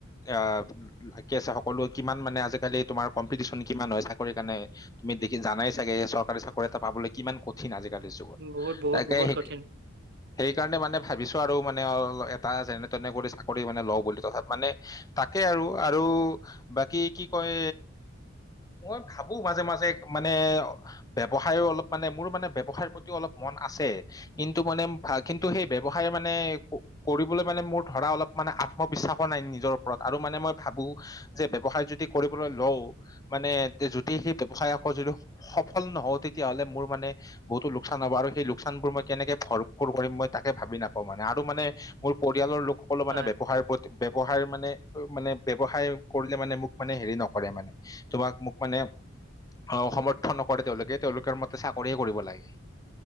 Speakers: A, on the left; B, on the right.
A: আহ লাকি আছে সকলোৱে কিমান মানে আজিকালি তোমাৰ কম্পিটিশন কিমান হয় চাকৰি কাৰণে তুমি দেখি জানাই চাগে যে চৰকাৰী চাকৰি এটা পাবলৈ কিমান কঠিন আজিকালিৰ যুগত
B: বহুত বহুত
A: তাককে
B: বহুত কঠিন
A: সেই সেইকাৰণে মানে ভাবিছো আৰু মানে অ', এটা যেনে তেনে কৰি চাকৰি মানে লওঁ বুলি তথ মানে তাকে আৰু আৰু বাকী কি কয় মই ভাবোঁ মাজে, মাজে মানে ব্যৱসায় অলপ মানে মোৰ মানে ব্যৱসায়ৰ প্ৰতিও অলপ মন আছে। কিন্তু মানে কিন্তু সেই ব্যৱসায় মানে কৰিবলৈ মানে মোৰ ধৰা অলপ মানে আত্মবিশ্বাসো নাই নিজৰ ওপৰত আৰু মানে মই ভাবোঁ যে ব্যৱসায় যদি কৰিবলৈ লওঁ, মানে যদি সেই ব্যৱসায় আকৌ যিটো সফল নহওঁ তেতিয়া হ'লে মোৰ মানে বহুতো লোকচান হব, আৰু সেই লোকচানবোৰ মই কেনেকে ভৰফৰ কৰিম মই তাকে ভাবি নাপাওঁ মানে, আৰু মানে মোৰ পৰিয়ালৰ লোকসকলো মানে
B: হয়।
A: ব্যৱসায় উপৰত ব্যৱসায়ৰ মানে মানে ব্যৱসায় কৰিলে মানে মোক মানে হেৰি নকৰে মানে তোমাক মোক মানে অ সমৰ্থন নকৰে তেওঁলোকে, তেওঁলোকৰ মতে চাকৰিয়ে কৰিব লাগে।